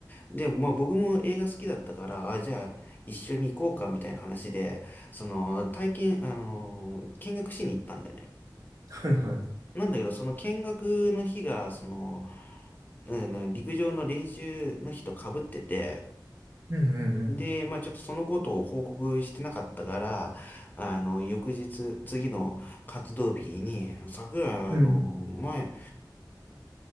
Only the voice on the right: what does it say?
はいはい。
うんうん
うん。
うん。